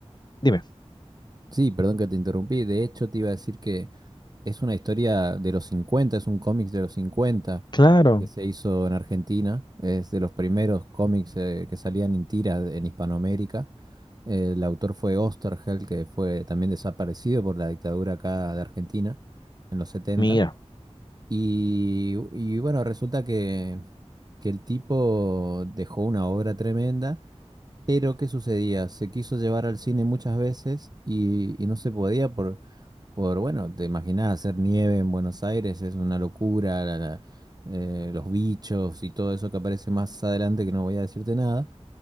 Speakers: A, on the left; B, on the right.
A: Dime,
B: sí, perdón que te interrumpí. De hecho, te iba a decir que Es una historia de los cincuenta es un cómic de los 50
A: claro,
B: que se hizo en Argentina. Es de los primeros cómics eh, que salían en tira en Hispanoamérica. Eh, El autor fue Osterhel, que fue también desaparecido por la dictadura acá de Argentina en los setenta
A: mira,
B: Y, y bueno, resulta que, que el tipo dejó una obra tremenda pero, ¿qué sucedía? Se quiso llevar al cine muchas veces y, y no se podía por, por, bueno, te imaginás, hacer nieve en Buenos Aires es una locura, la- la- eh, los bichos y todo eso que aparece más adelante que no voy a decirte nada.